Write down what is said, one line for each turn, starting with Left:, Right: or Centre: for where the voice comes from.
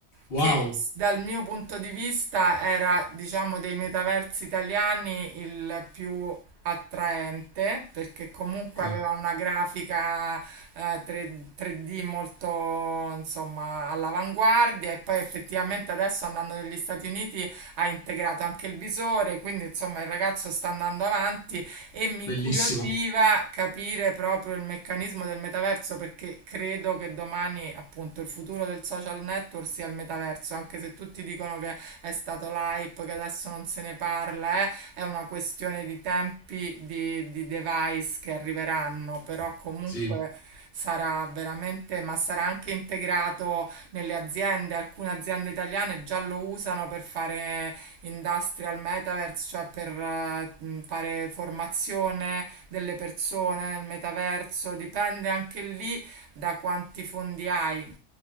Left: wow,
Right: che s- dal mio punto di vista era, diciamo, dei metaversi italiani il più attraente, perché comunque
Left: ok,
Right: aveva una grafica eh, 3, 3D molto, insomma, all'avanguardia e poi effettivamente adesso andando negli Stati Uniti ha integrato anche il visore, quindi insomma il ragazzo sta andando avanti e mi incuriosiva
Left: bellissimo.
Right: capire proprio il meccanismo del metaverso perché credo che domani appunto il futuro del social network sia il metaverso, anche se tutti dicono che è stato l'hype, che adesso non se ne parla, eh, è una questione di tempi di, di device che arriveranno, però comunque
Left: Sì,
Right: sarà veramente, ma sarà anche integrato nelle aziende, alcune aziende italiane già lo usano per fare Industrial Metaverse, cioè per eh, mh, fare formazione delle persone nel metaverso, dipende anche lì da quanti fondi hai,